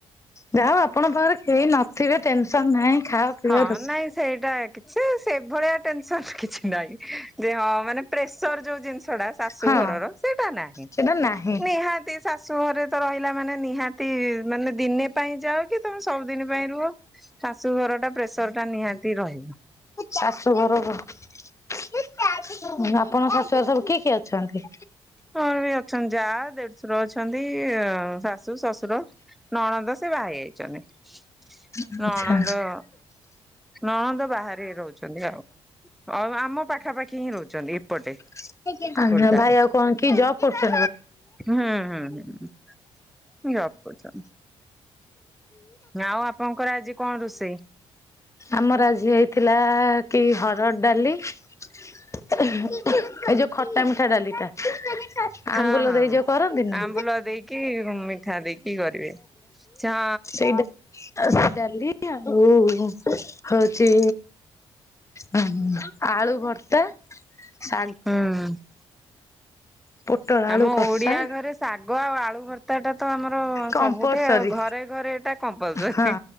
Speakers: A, on the left; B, in the centre.
A: ଯାହଉ ଆପଣ ପାଖରେ କେହି ନଥିବେ ଟେନସନ ନାହିଁ? ଖାଅ ପିଅ
B: ହଁ
A: ରୋଷେଇ
B: ନାଇଁ ସେଇଟା କିଛି ସେ ଭଳିଆ ଟେନସନ କିଛି ନାଇଁ ଯେ ହଁ ମାନେ ପ୍ରେସର ଯୋଉ ଜିନିଷ ଷଟା ଶାଶୁ
A: ହଁ
B: ଘରର ସେଇଟା ନାହିଁ
A: ସେଟା ନାହିଁ
B: ନିହାତି। ଶାଶୁ ଘରେ ତ ରହିଲା ମାନେ ନିହାତି ମାନେ ଦିନେ ପାଇଁ ଯାଅ କି ତମେ ସବୁଦିନ ପାଇଁ ରୁହ ଶାଶୁ ଘର ଟା ପ୍ରେସରଟା ନିହାତି ରହିବ।
A: ଶାଶୁ ଘରବ। ଆପଣଙ୍କ ଶୁଆ ସବୁ କିଏ କିଏ ଅଛନ୍ତି?
B: ମୋର ବି ଅଛନ୍ତି ଯା, ଦେଢଶୁର, ଅଛନ୍ତି ଶାଶୁ, ଶଶୁର ନଣଦ ସେ ବାହା ହେଇ ଯାଇଛନ୍ତି।
A: ଆଚ୍ଛା।
B: ନଣନ୍ଦ ନଣନ୍ଦ ବାହାରେ ରହୁଛନ୍ତି ଆଉ। ଆଉ ଆମ ପାଖା ପାଖି ହିଁ ରହୁଛନ୍ତି ଏପଟେ।
A: ଭାଇ
B: ଖୋର୍ଦ୍ଧାରେ
A: ଆଉ କଣ କି ଜବ? <inaudible> <inaudible>
B: ହୁଁ ହୁଁ ହୁଁ ଜବ କରୁଛନ୍ତି। ଆଉ ଆପଣଙ୍କର ଆଜି କଣ ରୋଷେଇ?
A: ଆମର ଆଜି ହେଇଥିଲା କି ହରଡ଼ ଡାଲି। ଏଇ ଯୋଉ ଖଟା ମିଠା ଡାଲିଟା।
B: ହଁ
A: ଆମ୍ବୁଲ
B: ହଁ
A: ଦେଇ ଯୋଉ କରନ୍ତିନି
B: ଆମ୍ବୁଲ ଦେଇକି ମିଠା ଦେଇକି କରିବେ। ଇଛା।
A: ଏଇଟା ସେ ଡାଲି ଆଉ ହଉଛି। ଆ ଆଳୁ ଭର୍ତ୍ତା ଶା
B: ହୁଁ।
A: ପୋଟଳ
B: ଆମ
A: ଆଳୁ କଷା
B: ଓଡିଆ ଘରେ ଶାଗ ଆଉ ଆଳୁ ଭର୍ ତାଟା ତ ଆମର
A: କମ୍ପଲସରୀ
B: ସବୁଠେ ଆଉ ଘରେ ଘରେ ଏଇଟା କମ୍ପଲସରୀ।
A: ହଁ